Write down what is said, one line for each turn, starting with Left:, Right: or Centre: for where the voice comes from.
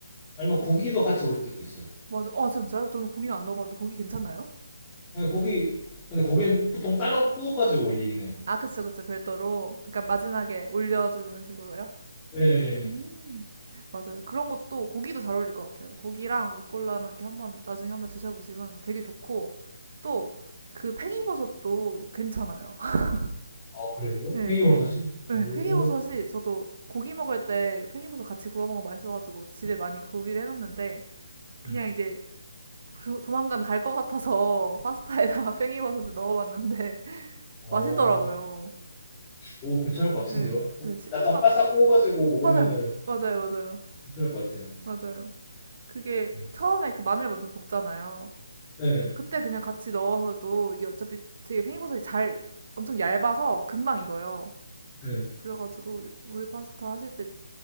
Left: 아니면
Right: 좋죠.
Left: 고기도 같이 올릴 때도 있어요.
Right: 맞아. 아 진짜요? 저는 고기는 안 넣어봤는데 고기 괜찮나요?
Left: 예, 고기 근데 고기는 보통 따로 구워가지고 올리긴 해요.
Right: 아, 그쵸, 그쵸. 별도로. 그러니까 마지막에 올려주는 식으로요.
Left: 예. 예.
Right: 음, 맞아요. 그런 것도 고기도 잘 어울릴 것 같아요. 고기랑 루꼴라랑 이렇게 한번 나중에 한번 드셔보시면 되게 좋고 또 그 팽이버섯도 괜찮아요. <laughs>
Left: 아, 그래요?
Right: 네,
Left: 팽이버섯이?
Right: 팽, 네,
Left: 오.
Right: 팽이버섯이 저도 고기 먹을 때 팽이버섯 같이 구워 먹으면 맛있어가지고 집에 많이 구비를 해놨는데
Left: 네.
Right: 그냥 이제 조, 조만간 갈 것 같아서 <laughs> 파스타에다가 팽이버섯을 넣어봤는데 <laughs>
Left: 어,
Right: 맛있더라고요.
Left: 오, 괜찮을 것 같은데요?
Right: 네,
Left: 오,
Right: 네, 씹는
Left: 약간
Right: 맛
Left: 바싹 구워가지고 먹으면은
Right: 맞아요. 맞아요. 맞아요.
Left: 괜찮을 것 같아요.
Right: 맞아요. 그게
Left: 음.
Right: 처음에 그 마늘 먼저 볶잖아요.
Left: 네,
Right: 그때 그냥 같이 넣어서도 이게 어차피 되게 팽이버섯이 잘 엄청 얇아서 금방 익어요.
Left: 네.
Right: 그래가지고 우- 우유 파스타 하실 때